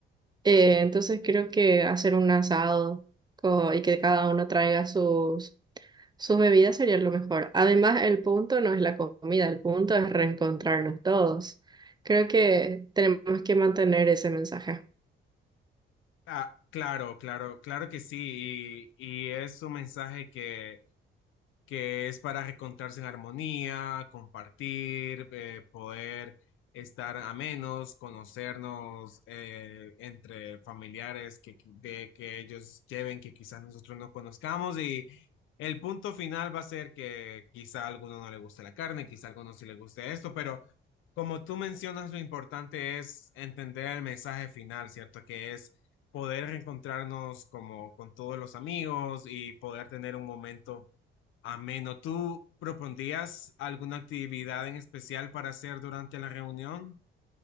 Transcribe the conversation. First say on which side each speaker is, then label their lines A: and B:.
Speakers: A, on the right; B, on the left.
A: Eh, entonces creo que hacer un asado co- y que cada uno traiga sus Sus bebidas serían lo mejor. Además, el punto no es la comida, el punto es reencontrarnos todos. Creo que tenemos que mantener ese mensaje.
B: Ah, claro, claro, claro que sí y, y es un mensaje que que es para reencontrarse en armonía, compartir, eh, poder estar a menos, conocernos eh, entre familiares que, de, que ellos lleven, que quizás nosotros no conozcamos. Y el punto final va a ser que quizá a alguno no le guste la carne, quizá a alguno sí le guste esto, pero como tú mencionas, lo importante es entender el mensaje final, ¿cierto? Que es... poder reencontrarnos como con todos los amigos y poder tener un momento Ameno, ¿tú propondrías alguna actividad en especial para hacer durante la reunión?